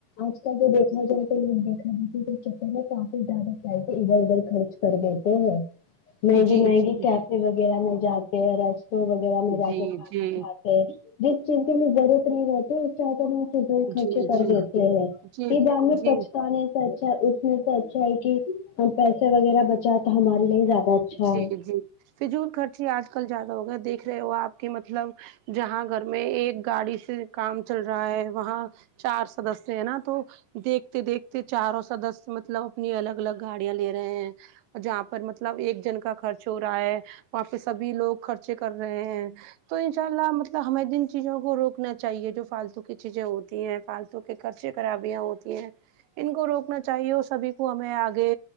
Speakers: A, on the left; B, on the right.
A: آج کل تو دیکھا جائے تو لوگ دکھاوے کے چکر میں کافی زیادہ پیسے ادھر ادھر خرچ کر دی تے مہنگی
B: جی
A: مہنگی
B: جی
A: کیفے وغیرہ میں جاتے ہیں رش ٹورنٹ وغیرہ
B: جی
A: میں جا کے کھانا
B: جی
A: کھاتے جس چیز کی ہمیں ضرورت نہیں رہتی کیا کرنا فضول
B: جی
A: خرچے
B: جی
A: کر دیتے ہیں
B: جی
A: پھر بعد میں
B: جی
A: پچتانے اچھا اس میں تو اچھا ہے کہ ہم پیسے وغیرہ بچا تو ہمارے لیے زیادہ اچھا
B: جی
A: ہے
B: جی فضول خرچے آج کل زیادہ ہو گیے دیکھ رہے ہو آپ کے مطلب جہاں گھر میں ایک گاڑی سے کام چل رہا ہے وہاں چار سدسیہ ہیں نا تو دیکھتے دیکھتے چاروں سدسیہ مطلب اپنی الگ الگ گاڑیاں لے رہے ہیں جہاں پر مطلب ایک جن کا خرچ ہو رہا ہے وہاں پہ سبھی لوگ خرچے کر رہے ہیں تو ان شاء اللہ مطلب ہمیں جن چیزوں کو روکنا چاہیے جو فالتو کی چیزیں ہوتی ہیں فالتو کے خرچے خرابیاں ہوتی ہیں ان کو روکنا چاہیے اور سبھی کو ہمیں آگے